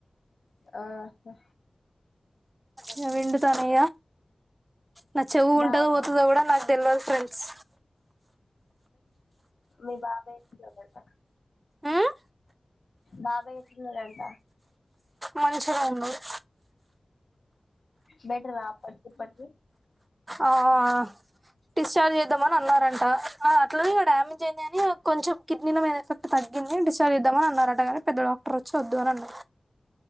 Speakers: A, on the left; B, on the right.
A: ఆహా
B: గా విండుతానే నా చెవు ఉంటదొ,
A: బాబాయ్
B: ఓతుదా కూడా నాకు తెల్వద్ ఫ్రెండ్స్.
A: మీ బాబాయీ ఎట్లా ఉన్నాడంట.
B: మ్మ్
A: బాబాయీ ఎట్లా ఉన్నాడంట.
B: మంచిగానే ఉన్నాడు.
A: బెటర్ ఆ అప్పటికి ఇప్పటికీ,
B: ఆహా డిశ్చార్జ్ చేద్దామని అన్నారంట అట్లో ఇక డామేజ్ అయింది. అని కొంచెం కిడ్నీల మీద ఎఫెక్ట్ తగ్గింది. డిస్టచార్జ్ చేద్దామని అన్నారటగానీ. పెద్దోడా. ప్రచ్ఛదు అన్నది